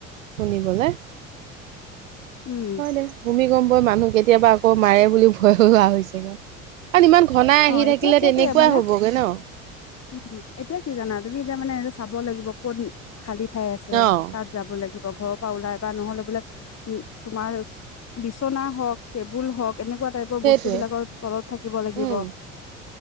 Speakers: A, on the right; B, on the left.
A: শুনিবলে।
B: উম
A: হয় দে ভূমিকম্পই মানুহ কেতিয়াবা আকৌ মাৰে বুলি ভয় হয় হোৱা হৈছেগৈ। ইমান ঘনাই
B: অ
A: আহি থাকিলে
B: এতিয়া সেইটোয়ে
A: তেনেকুৱাই
B: মানে
A: হ'বগে ন?
B: উম, এতিয়া কি জানা তুমি এতিয়া মানে সেইটো চাব লাগিব ক'ত- খালী ঠাই আছে
A: অ',
B: তাত যাব লাগিব ঘৰৰ পৰা ওলাই বা নহ'লে বোলে উ তোমাৰ বিচনা হওক, টেবুল হওক- এনেকোৱা টাইপৰ
A: সেইটোৱে
B: বস্তু বিলাকৰ তলত থাকিব লাগিব
A: উম,